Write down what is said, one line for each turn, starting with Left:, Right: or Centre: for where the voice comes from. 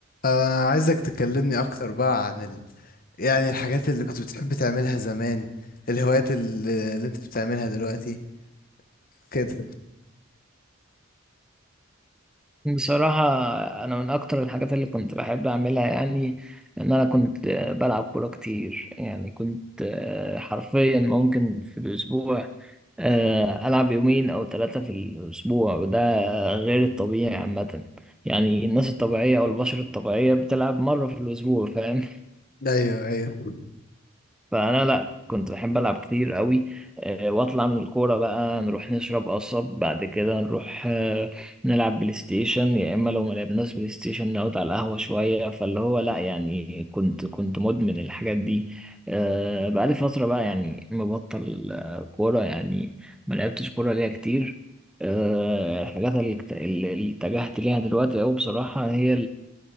Left: آه عايزك تكلمني أكتر بقى عن ال... يعني الحاجات اللي كنت بتحب تعملها زمان الهوايات اللي, اللي أنت بتعملها دلوقتي كده
Centre: بصراحة أنا من أكتر الحاجات اللي كنت بحب أعملها يعني إن أنا كنت آه، بلعب كورة كتير يعني كنت آه، حرفيا ممكن في الأسبوع آه، ألعب يومين أو ثلاثة في الأسبوع وده غير الطبيعي عامة يعني الناس الطبيعية أو البشر الطبيعية بتلعب مرة في الأسبوع فاهم
Left: أيوه أيوه
Centre: فانا لا كنت بحب العب كتير قوي آه، واطلع من الكوره بقى نروح نشرب قصب بعد كده نروح آه، نلعب بلاي ستيشن يا اما لو ما لعبناش بلاي ستيشن نقعد على القهوه شويه فاللي هو لا يعني كنت كنت مدمن الحاجات دي آه، بقالي فتره بقى يعني مبطل آه، كوره يعني ما لعبتش كوره ليا كتير آه، الحاجات اللي اكت- اللي اتجهت ليها دلوقتي أوي بصراحة هي